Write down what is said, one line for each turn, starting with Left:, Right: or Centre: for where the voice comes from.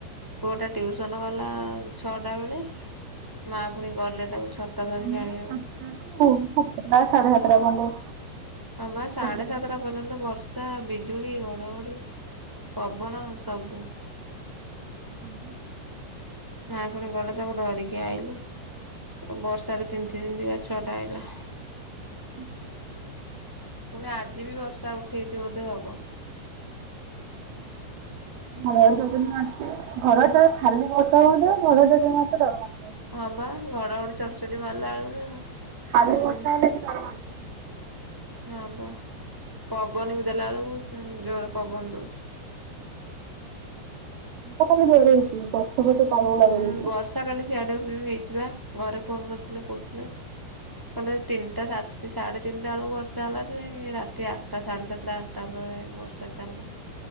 Centre: ପୁଅଟା ଟିଉସନ୍ ଗଲା ଛଅଟା ବେଳେ ମା ପୁଣି ଗଲେ ତାକୁ ଛତା ଧରିକି
Right: ଆମର
Centre: ଆଣିବାକୁ।
Right: ପାଞ୍ଚଟାରୁ ପୁ ପୁରା ସାଢେ ସାତଟା ପର୍ଯ୍ୟନ୍ତ
Centre: ହଁ ବା ସାଢେ
Right: ଘଡ଼ଘଡ଼ି
Centre: ସାତଟା ପର୍ଯ୍ୟନ୍ତ ବର୍ଷ ର୍ଷା ବିଜୁଳି ଘଡ଼ଘଡ଼ି ପବନ ସବୁ।
Right: ହୁଁ।
Centre: ମା ପୁଣି ଗଲେ ତାକୁ ଧରିକି ଆଇଲେ। ବର୍ଷା ରେ ତିନ୍ତି ତିନ୍ତିକା ଛୁଆଟା ଆଇଲା।
Right: ହୁଁ।
Centre: ପୁଣି ଆଜି ବି ବର୍ଷା ଉଠେଇଛି ବୋଧେ ହବ। <inaudible>
Right: ଜୟ ଜଗନ୍ନାଥ ସିଏ। ଘଡଘଡିଟା ଖାଲି ବର୍ଷା ହୁଅନ୍ତା ଘଡ଼ଘଡ଼ିଟା ଯୋଉ ମାରୁଛି ଡର ମାଡୁଛି ବେସି।
Centre: ହଁ ବା ଘଡ଼ଘଡ଼ି ଚ଼ଡଚଡି ମାରିଲା ବେଳକୁ
Right: ଖାଲି
Centre: ଉଁ
Right: ବର୍ଷା ହେଲେ ଏତେ ଡର ମାଡିବନି।
Centre: ହଁ ବା ପବନ ବି ଦେଲା ବେଳକୁ ଉଁ ଜୋରେ ପବନ ଦଉଛି।
Right: ମୁଁ ତ କହିଲି ଜୋରେ ହେଇଛି ଗଛ ଫଛ ତଳକୁ ଲଗେଇ
Centre: ହୁଁ
Right: ଦେଇଛି।
Centre: ବର୍ଷା କାଲି ସିଆଡେ ବି ହେଇଛିବା ଘରେ ଫୋନ୍ କରିଥିଲେ କହୁଥିଲେ। କହିଲେ ତିନିଟା ସାଢେ ତି ସାଢେ ତିନିଟା ବେଳୁ ବର୍ଷା ହେଲା ଯେ ରାତି ଆଟା ସାଢ଼େ ସାତଟା ଆ ଟା ବେଳେ ବର୍ଷା ଚାଡିଲା।